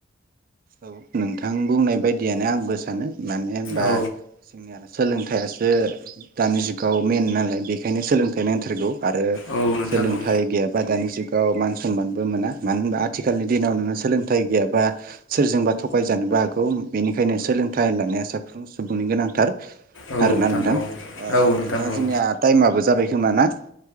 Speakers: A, on the right; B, on the left.
A: औ नोंथां बुंनाय बायदियानो आंबो सानो। मानो होनबा
B: औ
A: जोंनिया सोलों थायासो दानि जुगाव मेन नालाय बेखायनो सोलोंथाइ नांथारगौ। आरो
B: औ नोंथां
A: सोलोंथाइ
B: औ
A: गैयाबा दानि जुगाव गाव मान सनमानबो मोना मानो होनबा आथिखालनि दिनाव नोङो सोलोंथाइ गैयाबा सोरजोंबा थगायजानोबो हागौ बेनिखायनो सोलोंथाइ लानाया साफ्रोम सुबुंनि गोनांथार।
B: औ
A: आरोना नोंथां
B: औ
A: ओ
B: औ
A: नोंथां
B: औ
A: जोंनिया टाइमाबो जाबाय। खोमाना।